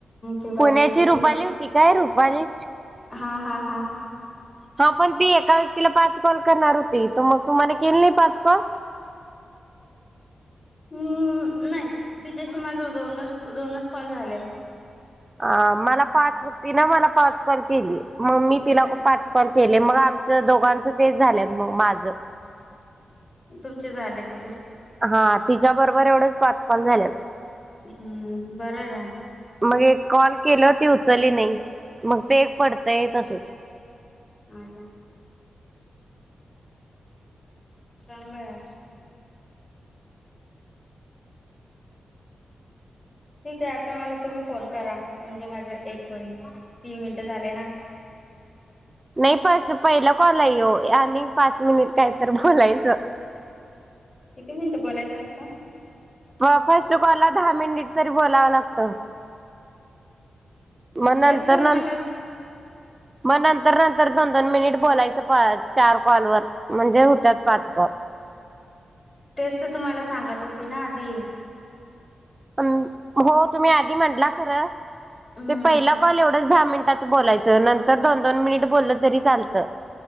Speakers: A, on the left; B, on the right.
A: ते बाई
B: पुण्याची
A: होते
B: रुपाली
A: ते
B: होती काय रुपाली
A: हा हा हा
B: हं पण ती एका व्यक्तीला पाच कॉल करणार होती. तर मग तुम्हाला केली नाही पाच कॉल?
A: हम् नाही. तिच्याशी माझ दोनच दोनच कॉल झाल्यात.
B: हा मला पाच तिन मला पाच कॉल केली मग मी
A: अच्छा
B: तिला पाच कॉल केली. ते मग आमच दोघांच तेच झालंत मग माझं.
A: तुमचे झाले ते.
B: हा तिच्या बरोबर एवढच पाच कॉल झालेत
A: हम्म बरं आहे यार
B: मग एक कॉल केलं ती उचली नाही मग ते एक पडतंय तसच.
A: हम् हम् चांगलय ठीक आहे आता मला तुम्ही फोन करा म्हणजे माझ्या एक होईल तीन मिनट झाले ना
B: नाई फस पहिला कॉलये यो आणि पाच मिनिट काय तर बोलायच
A: ते म्हणत बोलायचंस का
B: फर्स्ट कॉल ला दहा मिनिट तरी बोलावं लागत म
A: तेच
B: नंतर नं
A: मला
B: मग नंतर नंतर दोन दोन मिनिट बोलायचं चार कॉल वर म्हणजे होत्यात पाच कॉल
A: स तुम्हाला सांगत होते ना आधी
B: हो तुम्ही आधी म्हटला खरं
A: हम्म
B: ते पहिला कॉल एवढंच दहा मिनिटात बोलायचं नंतर दोन दोन मिनिट बोललं तरी चालतं.